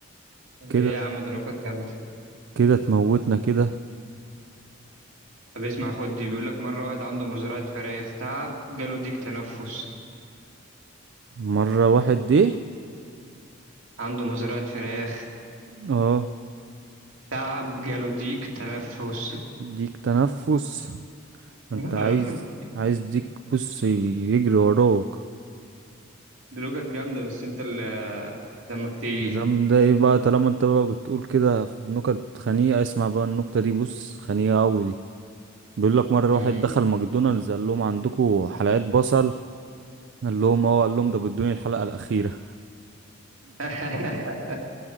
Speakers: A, on the right; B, on the right.
A: ليه
B: كده
A: يا عم ده نكت جامدة
B: كده تموتنا كده
A: طب اسمع خد دي بيقول لك مرة واحد عنده مزرعة فراخ تعب جاله ديك تنفس
B: مرة واحد دي
A: عنده مزرعة فراخ
B: اه
A: تعب جاله ديك تنفس
B: ديك تنفس انت
A: <laughs>
B: عايز عايز ديك بص يجري وراك
A: دي لغة جامدة بس انت اللي دمك تقيل
B: جامدة ايه بقى طالما انت بقى بتقول كده في نكت خنيقة اسمع بقى النكتة دي بص خنيقة اوي دي بيقول لك مرة
A: مم.
B: واحد دخل ماكدونالدز قال لهم عندكم حلقات بصل قال لهم اه قال لهم ده بدوني الحلقة الأخيرة
A: <laughs>